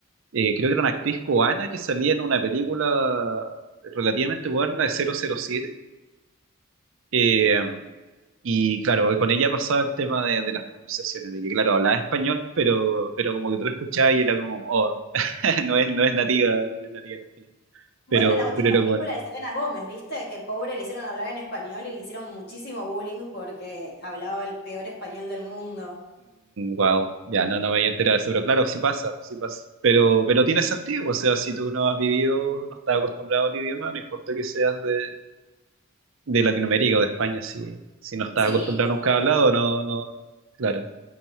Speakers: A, on the right; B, on the left.
A: eh, creo que era una actriz cubana que salía en una película relativamente moderna de 007. eh, y claro, con ella pasaba el tema de, de las pronunciaciones, de que claro, hablaba español, pero, pero como que tú lo escuchabas y era como, oh, <laughs> no es, no es nativa, no es nativa en español.
B: Bueno,
A: Pero,
B: la última
A: pero era bueno.
B: película de Selena Gómez, ¿viste? Que pobre le hicieron hablar en español y le hicieron muchísimo bullying porque hablaba el peor español del mundo.
A: wow, ya no, no me había enterado de eso, pero claro, sí pasa, sí pasa. Pero, pero tiene sentido, o sea, si tú no has vivido, no estás acostumbrado al idioma, no importa que seas de, de Latinoamérica o de España, si, si no estás
B: Sí,
A: acostumbrado nunca
B: obvio.
A: a hablado, no, no, no, claro.